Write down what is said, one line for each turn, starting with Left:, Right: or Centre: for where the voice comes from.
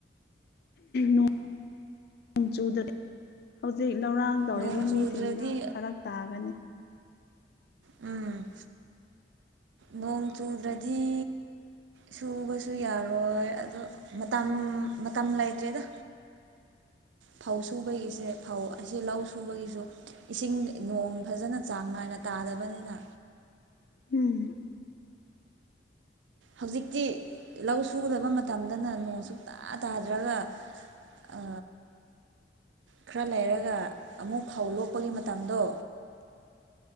Left: ꯅꯣꯡ ꯆꯨꯗꯔꯦ ꯍꯧꯖꯤꯛ ꯂꯧꯔꯥꯡ ꯇꯧꯔꯤꯕ
Right: ꯅꯣꯡ ꯆꯨꯗ꯭ꯔꯗꯤ
Left: ꯃꯤꯁꯤꯡꯗ ꯐꯔꯛ ꯇꯥꯒꯅꯤ
Right: ꯎꯝ ꯅꯣꯡ ꯆꯨꯗ꯭ꯔꯗꯤ ꯁꯨꯕꯥꯁꯨ ꯌꯥꯔꯣꯏ ꯑꯗꯣ ꯃꯇꯝ ꯃꯇꯝ ꯂꯩꯇ꯭ꯔꯦꯗ ꯐꯧ ꯁꯨꯕꯥꯒꯤꯁꯦ ꯐꯧ ꯑꯁꯤ ꯂꯧ ꯁꯨꯕꯒꯤꯁꯨ ꯏꯁꯤꯡ ꯅꯣꯡ ꯐꯖꯅ ꯆꯥꯡ ꯅꯥꯏꯅ ꯇꯥꯗꯕꯅꯤꯅ
Left: ꯎꯝ
Right: ꯍꯧꯖꯤꯛꯇꯤ ꯂꯧ ꯁꯨꯒꯗꯕ ꯃꯇꯝꯗꯅ ꯅꯣꯡ ꯁꯨꯇꯥ ꯇꯥꯗ꯭ꯔꯒ ꯑ ꯈꯔ ꯂꯩꯔꯒ ꯑꯃꯨꯛ ꯐꯧ ꯂꯣꯛꯄꯒꯤ ꯃꯇꯝꯗꯣ